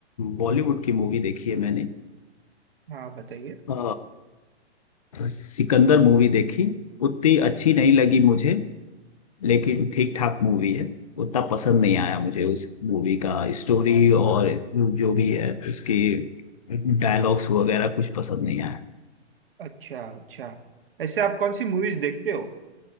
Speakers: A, on the left; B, on the right.
A: बॉलीवुड की मूवी देखी है मैंने
B: हाँ बताइए
A: अ, सिकंदर मूवी देखी उतनी अच्छी नहीं लगी मुझे लेकिन ठीक ठाक मूवी है उतना पसंद नहीं आया मुझे उस मूवी का स्टोरी और जो भी है उसकी डायलॉग्स वगैरह कुछ पसंद नहीं आया
B: अच्छा अच्छा ऐसे आप कौन सी मूवीज देखते हो